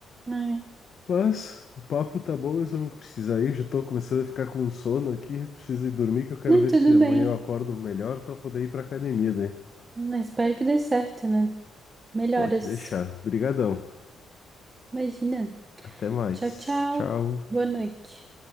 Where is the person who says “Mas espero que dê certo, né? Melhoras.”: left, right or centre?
Right